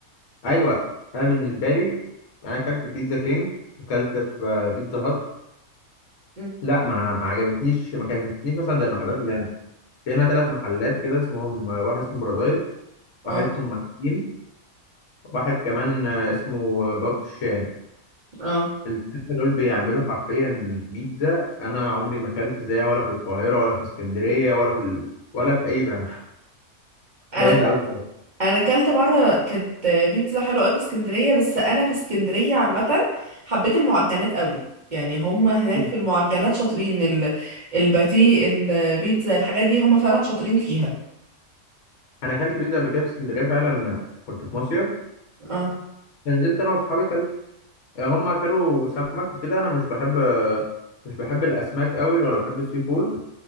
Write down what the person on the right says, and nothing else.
مم.
اه
اه
انا
انا اكلت مره كانت بيتزا حلوه قوي في اسكندريه بس انا في اسكندريه عامه حبيت المعجنات قوي يعني هم هناك
في المعجنات شاطرين ال- الباتيه البيتزا الحاجات دي هم فعلا شاطرين فيها
اه